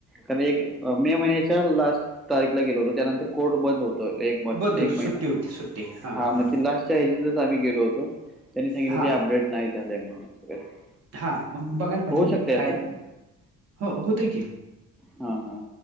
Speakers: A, in the centre; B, on the right (about 55°).
A: कारण एक मे महिन्याच्या लास्ट तारीखला गेलो होतो त्यानंतर कोर्ट बंद होत एक म
B: बंद होती.
A: एक
B: सुट्टी
A: महिना.
B: होती, सुट्टी. हां,
A: हा
B: हां.
A: मग ते लास्टच्या ह्याच्यातच आम्ही गेलो होतो. त्यांनी सांगितलं
B: हा
A: ते अपडेट नाही झालंय म्हणून असं काहीतरी.
B: हा मग बघायला पाहिजे
A: होऊ शकते
B: काय. हो होतय की.
A: हा हा हा.